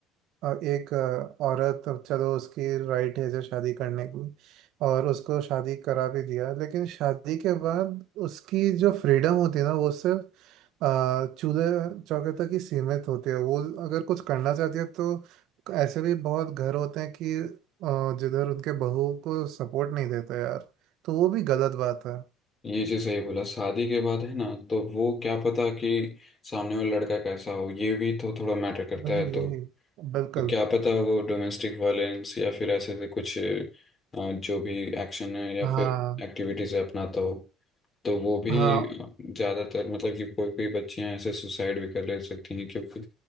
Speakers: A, on the right (about 70°); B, on the left (about 30°).
A: आ, एक आ, औरत अब चलो उसकी राइट एज है शादी करने की और उसको शादी करा भी दिया लेकिन शादी के बाद उसकी जो फ्रीडम होती है ना वो सिर्फ आ, चूल्हे चौके तक ही सीमित होती है वो अगर कुछ करना चाहती है तो ऐसे भी बहुत घर होते हैं कि आ, जिधर उनके बहू को सपोर्ट नहीं देता यार तो वो भी गलत बात है
B: ये चीज़ सही बोला शादी के बाद है ना तो वो क्या पता कि सामने वाला लड़का कैसा हो ये भी तो थोड़ा मैटर करता
A: वही
B: है तो
A: वही बिल्कुल
B: क्या पता वो डोमेस्टिक वायलेंस या फिर ऐसे से कुछ अ, जो भी एक्शन है या
A: हाँ
B: फिर एक्टिविटीज है अपनाता हो तो वो भी
A: हाँ
B: ज्यादातर मतलब कि कोई कोई बच्चियां ऐसे सुसाइड भी कर ले सकती हैं क्योंकि